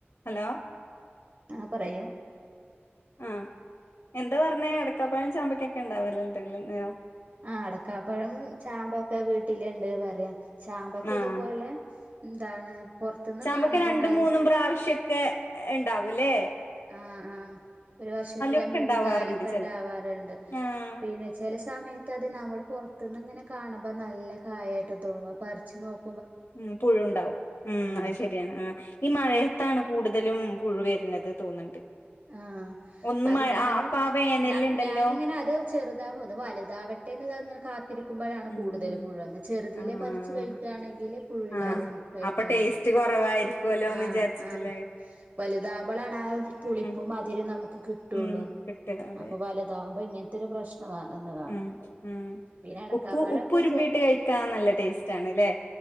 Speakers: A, on the left; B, on the right.
A: Hello
B: ആഹ് പറയൂ പ
A: ആ എന്താ പറഞ്ഞേ എടക്കാപ്പഴം ചാമ്പയ്ക്കൊക്കെ ഇണ്ടാവല്ലണ്ട് ല് ആ
B: ആ അടക്ക പ്പയം ചാമ്പൊക്കെ വീട്ടില്ണ്ട് പറയാ ചാമ്പൊക്കെ
A: ആഹ്
B: ഇതുപോലെ എന്താണ് പൊറത്ത്ന്ന്
A: ചാമ്പക്ക
B: കാണുമ്പോ
A: രണ്ടും
B: നൽ
A: മൂന്നും പ്രാവശ്യൊക്കെ ഇണ്ടാവൂല്ലേ
B: ആഹ് ആഹ് ഒരു വർഷത്തില്
A: ഒക്കെ
B: മൂന്ന്
A: ഉണ്ടാവാറുണ്ട്
B: താലൊക്കെ
A: ചെല
B: ഇണ്ടാവാറിണ്ട്,
A: ആഹ്
B: പിന്നെ ചില സമയത്ത് അത് നമ്മ <unintelligible> പുറത്തുന്നി ങ്ങനെ കാണുമ്പോ നല്ല കായായിട്ട് തോന്നും പറിച്ചു നോക്
A: ഉം പുഴുണ്ടാവും ഉം
B: ആഹ്
A: അത് ശരിയാണ് ആ ഈ മഴയത്താണ് കൂടുതലും പുഴു വരുന്നത് തോന്നുന്നുണ്ട്
B: ആഹ
A: ഒന്ന്
B: അത്
A: മഴ
B: ഞാന്
A: ആഹ് അപ്പ ആ വേനലുണ്ടല്ലോ
B: ഞാനിങ്ങനെ അത് ചെറുതാ പോു വലുതാവട്ടേന്ന് ഇങ്ങനെ കാത്തി ക്കുമ്പോഴാണ്
A: ഉം
B: കൂടുതൽ
A: ഉം
B: പുഴു ചെറുതില
A: ആഹ്
B: പറച്ച് കഴിക്കുകയാണെങ്കിൽ പുഴുല്ലാതെ
A: ആഹ്
B: നമുക്ക് കഴിക്കാനും
A: അപ്പൊ ടേസ്റ്റ്
B: പറ്റും
A: കുറവായിരിക്കുവല്ലോന്ന്
B: ആ
A: വിചാരിച്ചിട്ടില്ലേ
B: ആ വലുതാവകുമ്പോഴാണ് ആ ഇപ്പതിരുന്ന
A: ഉം
B: കിട്ടുള്ളൂ
A: ഉം കിട്ടും അതെ
B: അപ്പൊ വലതാകുമ്പോ ഇങ്ങനെ ഇത്തി പ്രശ്ം ഒന്ന് കാണണണ്ട്
A: ഉം ഉം
B: പിന്നെ അ ടക്കാപ്പഴൊക്കെ
A: ഉപ്പ് ഉപ്പുരുമ്പിയിട്ട് കഴിക്കാൻ നല്ല ടേസ്റ്റ് ആണ്ല്ലേ